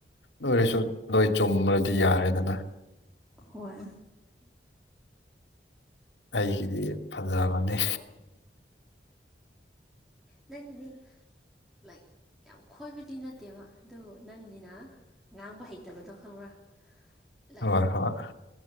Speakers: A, on the left; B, in the centre.
A: ꯂꯣꯏꯔꯁꯨ ꯂꯣꯏ ꯆꯨꯝꯃ꯭ꯔꯗꯤ ꯌꯥꯔꯦꯗꯅ
B: ꯍꯣꯏ
A: ꯑꯩꯒꯤꯗꯤ ꯐꯖꯕꯅꯤ
B: ꯅꯉꯗꯤ ꯂꯥꯏꯛ ꯌꯥꯝ ꯈꯣꯏꯕꯗꯤ ꯅꯠꯇꯦꯕ ꯑꯗꯨꯕꯨ ꯅꯪꯁꯤꯅ ꯉꯥꯡꯕ ꯍꯩꯇꯕꯗꯣ ꯈꯪꯕ꯭ꯔꯥ ꯂꯥꯏꯛ
A: ꯍꯣꯏ ꯍꯣꯏ